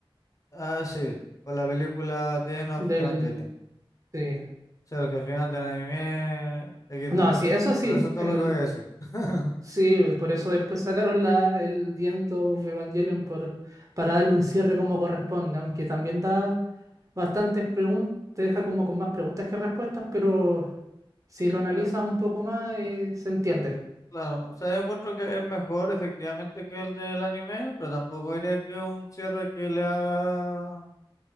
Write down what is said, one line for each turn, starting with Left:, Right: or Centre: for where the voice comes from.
Left: Ah, sí, con la película The End of
Right: Del
Left: Evangelion.
Right: sí.
Left: Sí, porque al final del anime XD
Right: No,
Left: no.
Right: sí, eso sí,
Left: Pero eso es todo
Right: el
Left: lo que voy a decir. <laughs>
Right: sí, por eso después sacaron la, el The End of Evangelion por, para darle un cierre como corresponde, aunque también da bastantes preguntas, te deja como con más preguntas que respuestas, pero si
Left: Sí,
Right: lo
Left: yo-
Right: analizas un poco más, eh,
Left: eh,
Right: se entiende.
Left: claro. O sea, yo encuentro que es mejor efectivamente que el del anime, pero tampoco diría que es un cierre que le haga